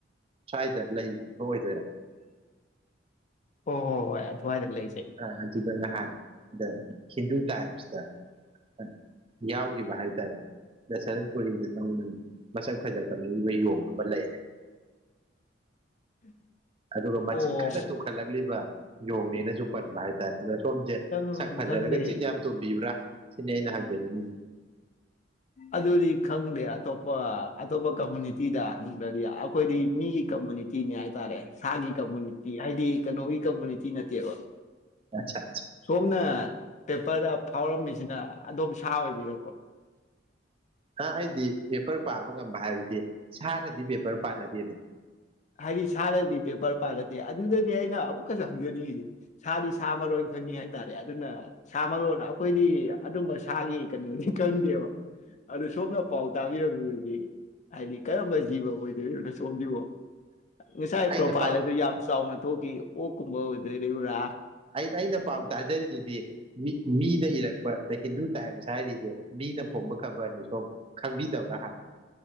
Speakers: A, on the right (about 30°); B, on the left (about 40°).
A: ꯆꯥꯏꯗ ꯂꯩꯕ ꯑꯣꯏꯗꯣꯏꯔ
B: ꯑꯣ ꯍꯣ ꯍꯣꯍꯣꯏ ꯑꯗꯨꯋꯥꯏꯗ ꯂꯩ
A: ꯑ ꯑꯗꯨꯗ ꯅꯍꯥꯟ ꯗ ꯍꯤꯟꯗꯨ ꯇꯥꯏꯝꯁꯇ ꯑ ꯌꯥꯎꯈꯤꯕ ꯍꯥꯏꯇꯥꯔꯦꯅꯦ ꯗꯁꯔ꯭ꯠꯄꯨꯔꯤꯗ ꯅꯧꯅ ꯃꯁꯛ ꯐꯖ ꯈꯂꯛꯏꯕ ꯌꯣꯡ ꯑꯃ ꯂꯩꯔꯦꯅ
B: <unintelligible>
A: ꯑꯗꯨꯒ ꯃꯆꯤꯟ
B: ꯑꯣ
A: ꯀꯟꯅ ꯇꯨꯝꯈꯠꯂꯛꯂꯤꯕ ꯌꯣꯡꯅꯦꯅꯁꯨ ꯄꯟꯕ ꯍꯥꯢꯇꯔꯦ ꯑꯗꯣ ꯁꯣꯝꯁꯦ
B: ꯈꯤꯇꯪ
A: ꯁꯛ ꯐꯖꯔꯒ
B: ꯈꯪꯗꯦ
A: ꯆꯤꯟ ꯌꯥꯝ ꯇꯨꯝꯕꯤꯕ꯭ꯔꯥ ꯁꯤꯅꯦ ꯑꯩꯅ ꯍꯪꯖꯅꯤꯡꯉꯤ
B: ꯑꯗꯨꯗꯤ ꯈꯪꯗꯦ ꯑꯇꯣꯞꯄ ꯑꯇꯣꯞꯄ ꯀꯝꯃꯨꯅꯤꯇꯤꯗ ꯍꯪꯗꯗꯤ ꯑꯩꯈꯣꯏꯗꯤ ꯃꯤꯒꯤ ꯀꯝꯃꯨꯅꯤꯇꯤꯅꯤ ꯍꯥꯏꯇꯥꯔꯦ ꯁꯥꯒꯤ ꯀꯝꯃꯨꯅꯤꯇꯤ ꯍꯥꯏꯗꯤ ꯀꯩꯅꯣꯒꯤ ꯀꯝꯃꯨꯅꯤꯇꯤ ꯅꯠꯇꯦꯕ
A: ꯑꯠꯆꯥ ꯑꯠꯆꯥ
B: ꯁꯣꯝꯅ ꯄꯦꯄꯔꯗ ꯐꯥꯎꯔꯝꯃꯤꯁꯤꯅ ꯑꯗꯨꯝ ꯁꯥ ꯑꯣꯏꯕꯤꯔꯣ
A: ꯑ ꯑꯩꯗꯤ ꯄꯦꯄꯔ ꯄꯥꯕ ꯉꯝꯕ ꯍꯥꯏꯕꯗꯤ ꯁꯥꯅꯗꯤ ꯄꯦꯄꯔ ꯄꯥꯟꯅꯗꯦꯅ
B: ꯍꯥꯏꯗꯤ ꯁꯥꯗꯗꯤ ꯄꯦꯄꯔ ꯄꯥꯒꯠꯇꯦ ꯑꯗꯨꯗꯅꯦ ꯑꯩꯅ ꯑꯃꯨꯛꯀꯁꯨ ꯍꯪꯖꯅꯤꯡꯉꯤꯁꯤ ꯁꯥꯗꯤ ꯁꯥ ꯃꯔꯣꯟ ꯈꯪꯉꯤ ꯍꯥꯏꯇꯔꯦ ꯑꯗꯨꯅ ꯁꯥ ꯃꯔꯣꯟ ꯑꯩꯈꯣꯏꯗꯤ ꯑꯗꯨꯝꯕ ꯁꯥꯒꯤ ꯀꯩꯅꯣꯗꯤ ꯈꯪꯗꯦꯕ ꯑꯗꯨ ꯁꯣꯝꯅ ꯄꯥꯎ ꯇꯕꯤꯔꯝꯃꯕꯗꯤ ꯍꯥꯏꯗꯤ ꯀꯔꯝꯕ ꯖꯤꯕ ꯑꯣꯏꯗꯣꯏꯅꯣ ꯁꯣꯝꯖꯤꯕꯣ ꯉꯁꯥꯏ
A: ꯑꯩꯅ
B: ꯄ꯭ꯔꯣꯐꯥꯏꯜ
A: ꯄꯥꯎ
B: ꯑꯗꯨ ꯌꯥꯝ ꯆꯥꯎꯅ ꯊꯣꯛꯈꯤ ꯑꯣ ꯀꯨꯝꯕ ꯑꯣꯏꯗꯣꯏꯔꯤꯕ꯭ꯔ
A: ꯑꯩ ꯑꯩꯅ ꯄꯥꯎ ꯇꯖꯔꯤꯗꯨꯗꯤ ꯃꯤ ꯃꯤꯅ ꯏꯔꯛꯄ ꯗ ꯍꯤꯟꯗꯨ ꯇꯥꯏꯝꯁ ꯍꯥꯏꯔꯤꯗꯣ ꯃꯤꯅ ꯐꯣꯡꯕ ꯈꯕꯔꯅꯤ ꯁꯣꯝ ꯈꯪꯕꯤꯗꯕ꯭ꯔ ꯍꯥꯟꯅ